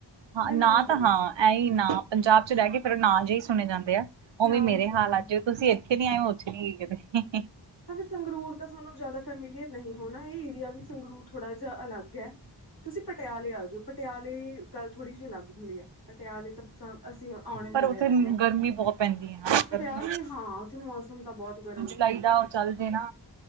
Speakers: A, on the right; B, on the left.
A: ਹਾਂ
B: ਮੈਂ
A: ਨਾ
B: ਨਾਮ ਜ਼ਰੂਰ
A: ਤਾਂ ਹਾਂ
B: ਸੁ
A: ਐ ਹੀ ਨਾ ਪੰਜਾਬ 'ਚ ਰਹਿ ਕੇ ਫਿਰ ਨਾ ਜੇਹੇ ਹੀ ਸੁਣੇ ਜਾਂਦੇ ਆ। ਉਹ ਵੀ
B: ਨਾਮ
A: ਮੇਰੇ
B: ਸੁਣਿਆ
A: ਹਾਲ ਅਜ ਤੁਸੀਂ ਇੱਥੇ ਨੀ ਆਏ ਮੈਂ ਉੱਥੇ ਨੀ ਗਈ ਕਿਤੇ।
B: ਹਾਂਜੀ ਸੰਗਰੂਰ ਤਾਂ ਤੁਹਾਨੂੰ ਜ਼ਿਆਦਾ ਫੈਮੀਲੀਅਰ ਨਹੀਂ ਹੋਣਾ ਇਹ ਏਰੀਆ ਵੀ ਸੰਗਰੂਰ ਥੋੜਾ ਜਿਹਾ ਅਲੱਗ ਹੈ। ਤੁਸੀਂ ਪਟਿਆਲੇ ਆ ਜਾਓ, ਪਟਿਆਲੇ, ਗੱਲ ਥੋੜ੍ਹੀ ਜਿਹੀ ਅਲੱਗ ਹੁੰਦੀ ਹੈ, ਪਟਿਆਲੇ ਤਾਂ ਮਸਾਂ। ਅਸੀਂ ਆਉਣੇ ਜਾਣੇ
A: ਪਰ ਉੱਥੇ
B: ਰਹਿੰਦੇ ਹਾਂ,
A: ਗਰਮੀ ਬਹੁਤ ਪੈਂਦੀ ਹੈ ਨਾ
B: ਪਟਿਆਲੇ,
A: ਗਰਮੀ
B: ਹਾਂ ਉੱਥੇ ਮੌਸਮ ਤਾਂ ਬਹੁਤ ਗਰਮ।
A: ਚਾਈਦਾ। ਚੱਲਦੇ ਨਾ